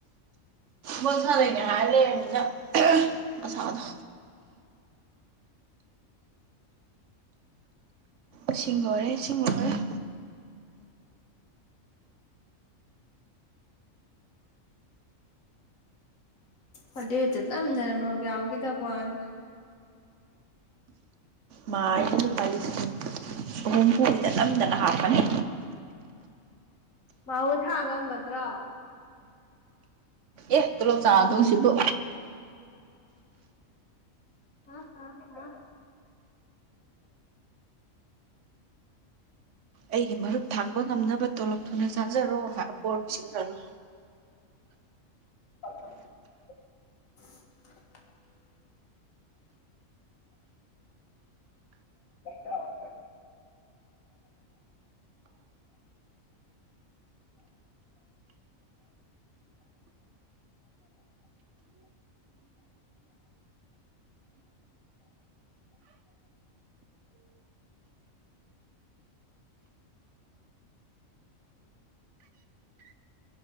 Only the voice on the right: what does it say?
ꯃꯁꯥꯗꯅꯦ ꯍꯥꯏ ꯂꯩꯔꯅꯤꯅ ꯃꯁꯥꯗꯣ ꯏꯁꯤꯡ ꯂꯣꯏꯔꯦ ꯏꯁꯤꯡ ꯂꯈꯔꯦ
ꯃꯥ ꯑꯩꯅ ꯂꯨꯄꯥ ꯂꯤꯁꯤꯡ ꯑꯍꯨꯝꯐꯨꯗ ꯅꯝꯗꯅ ꯍꯥꯞꯄꯅꯤ
ꯑꯦꯇꯂꯣ ꯆꯥꯗ ꯁꯤꯕꯨ
ꯑꯩꯒꯤ ꯃꯔꯨꯞ ꯊꯥꯡꯕ ꯉꯝꯅꯕ ꯇꯣꯂꯞ ꯊꯨꯅ ꯆꯥꯖꯔꯣꯕꯣꯔ ꯄꯁꯤꯡꯂꯔꯣ